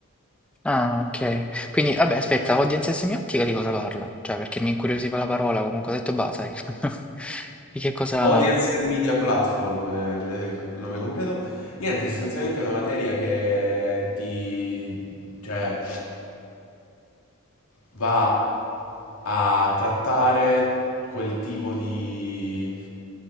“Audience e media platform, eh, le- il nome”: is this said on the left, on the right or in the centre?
Left